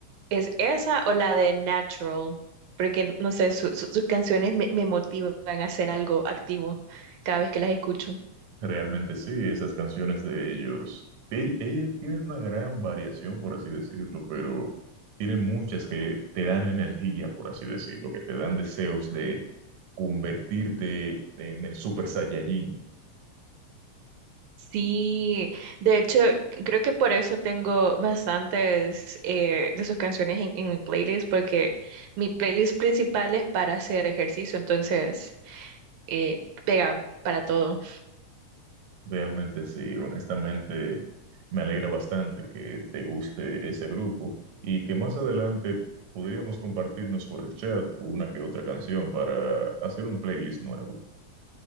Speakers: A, on the right; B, on the right.
A: es esa o la de Natural, porque no sé, su- su- sus canciones me, me motivan a hacer algo activo cada vez que las escucho.
B: Realmente sí, esas canciones de ellos, que ellos tienen una gran variación, por así decirlo, pero tienen muchas que te dan energía, por así decirlo, que te dan deseos de convertirte en el Super Saiyajin.
A: Sí, de hecho, creo que por eso tengo bastantes eh, de sus canciones en, en mi playlist, porque mi playlist principal es para hacer ejercicio, entonces eh, pega para todo.
B: Realmente sí, honestamente me alegra bastante que te guste ese grupo y que más adelante podríamos compartirnos por el chat una que otra canción para hacer un playlist nuevo.